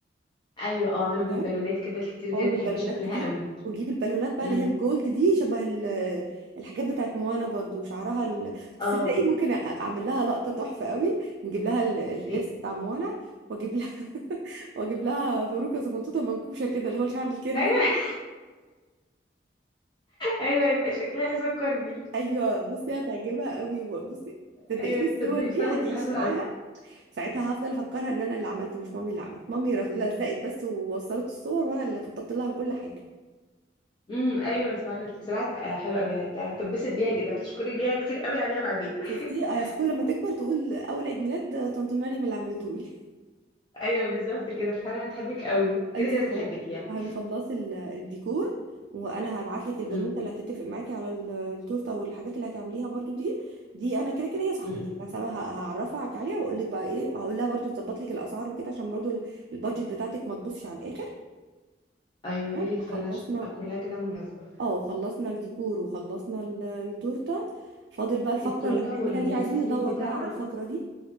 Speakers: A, on the left; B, on the right.
A: ايوه اه اعملوا
B: تمام
A: بالبالونات كده الكتير دي
B: اه والبالونات
A: انا بحب شكلها
B: كتير
A: قوي
B: ونجيب البالونات بقى
A: امم
B: اللي هي الجولد دي شبه ال- الحاجات بتاعت موانا برضو وشعرها ال... تصدقي
A: اه
B: ممكن أ- اعمل لها لقطة تحفة قوي نجيب لها ال- اللبس
A: إيه.
B: بتاع موانا واجيب لها <laughs> واجيب لها باروكة صغنطوطة منكوشة كده اللي هو الشعر الكيرلي
A: ايوه <laughs> ايوه يبقى شكلها سكر بيه
B: ايوه بصي هتعجبها قوي بصي صدقيني
A: ايوه
B: الصور
A: تصدقي
B: دي
A: فعلا
B: هتعيش
A: يبقى حلوة
B: معاها
A: قوي
B: ساعتها هفضل افكرها ان انا اللي عملت مش مامي اللي عملت مامي لزقت بس ووصلت الصور وانا اللي خططت لها لكل حاجه
A: امم ايوه فعلا بصراحة تبقى حلوة قوي هت- هتتبسط بيها جدا هتشكري بيها كتير قوي عليها بعدين <laughs>
B: شفتي آه، كل ما تكبر تقول اول عيد ميلاد آه، طنط مريم اللي عملته لي
A: ايوه بالظبط كده فعلا هتحبك قوي
B: انت
A: كده كده
B: هتخل...
A: بتحبك يعني
B: هنخلصي ال- الديكور وانا هبعت لك البنوته
A: امم
B: اللي هتتفق معاكي على ال- التورته والحاجات اللي هتعمليها برضو دي دي انا كده كده هي صاحبتي
A: امم
B: بس انا ه- هعرفها عليها واقول لك بقى ايه هقول لها برضو تظبط لك الاسعار وكده عشان برضو ال- البادجت بتاعتك ما تبصش على الاخر
A: ايوه
B: تمام
A: يا ريت
B: خلصنا
A: فعلا عشان تبقى كلها كده مناسبة
B: اه خلصنا الديكور وخلصنا ال- التورته فاضل بقى الفقره
A: التورتة
B: اللي هنعملها
A: والسيم
B: دي عايزين ندور
A: بتاعها
B: بقى على الفقره دي